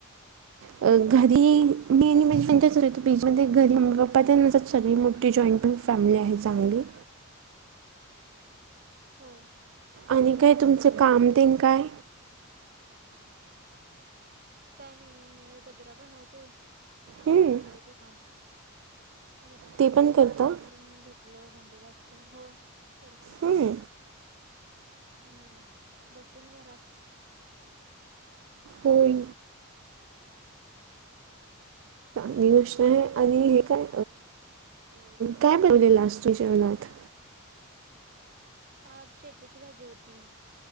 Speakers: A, on the right (about 60°); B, on the right (about 45°).
A: अ घरी
B: होय.
A: मी आणि म्हणजे त्यांच्याच राहतो <inaudible> बीचमध्ये घरी मम्मी पप्पा ते न सगळेत मोठी जॉईंट फॅमिली आहे चांगली.
B: होय
A: आणि काय तुमचं काम ते न काय.
B: <inaudible> काय नाही मी गजरा बनवते, आता
A: हम्म
B: चालू ते काम. मगाशी पाणी
A: ते पण
B: आलंत
A: करता
B: पाणी भरून घेतलं भांडी घासलं हो करत
A: हम्म,
B: हम्म बसून घरात
A: होय चांगली गोष्ट आहे आणि हे काय काय बनवले आज तु जेवनात.
B: आज शेपूची भाजी होती.